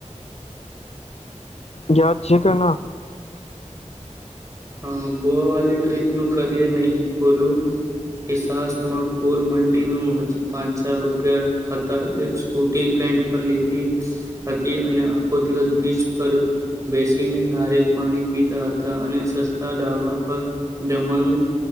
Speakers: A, on the left (about 55°); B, on the right (about 25°).
A: યાદ છે કે ના?
B: હમ ગોવા વાલી ટ્રીપ નું કરીએ નહી ખોલું? એક સાંસ માં ગોલ્ડમન ઇન મોજ પાંચ હજાર રૂપિયા હતા. એક સ્કૂટી રેંટ પર લીધી હતી અને આખો દિવસ બીચ પર બેસીને નારિયલ પાણી પીતા હતા અને સ ડાબા પર જવાનું